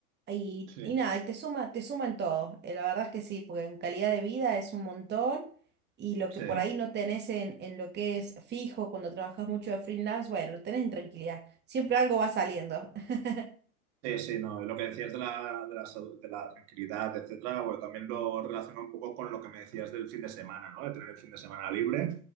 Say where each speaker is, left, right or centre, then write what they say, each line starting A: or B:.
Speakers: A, on the right; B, on the right.
A: Y,
B: Sí,
A: y nada, y te suma, te suma en todo. eh, la verdad es que sí, porque en calidad de vida es un montón y lo
B: Sí.
A: que por ahí no tenés en, en lo que es fijo cuando trabajas mucho de freelance, bueno, lo tenés en tranquilidad. Siempre algo va saliendo.
B: sí.
A: <laughs>
B: Sí, sí, no, lo que decías de la, de la, sau- de la tranquilidad, etcétera, bueno, también lo relaciono un poco con lo que me decías del fin de semana, ¿no? De tener el fin de semana libre,